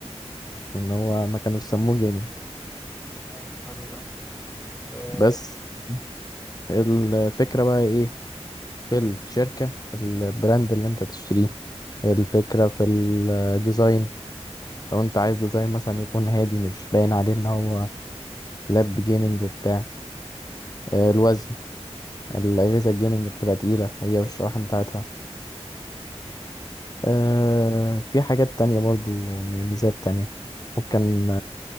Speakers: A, on the left; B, on the left.
A: ان هو ما كانوش سموه جيمنج
B: تمام حلو ده آه،
A: بس الفكره بقى ايه في الشركه البراند اللي انت تشتريه الفكره في الديزاين لو انت عايز ديزاين مثلا يكون هادي مش باين عليه ان هو لاب جيمنج وبتاع آه، الوزن الاجهزه الجيمنج بتبقى تقيله هي والشواحن بتاعتها آه، في حاجات تانية برضو ميزات تانية ممكن